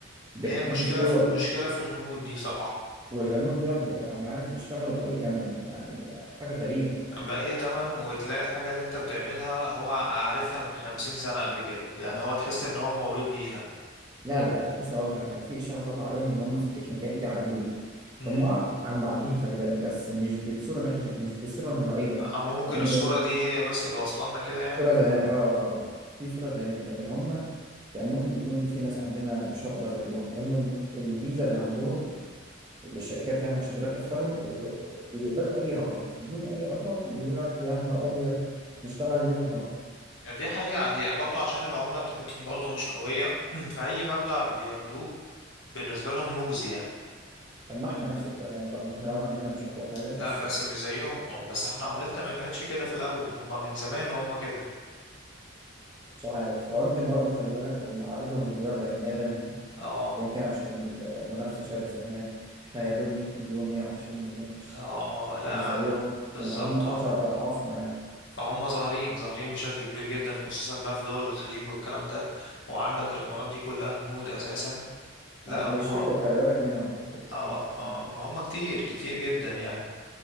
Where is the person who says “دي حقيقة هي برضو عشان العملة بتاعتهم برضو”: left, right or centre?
Left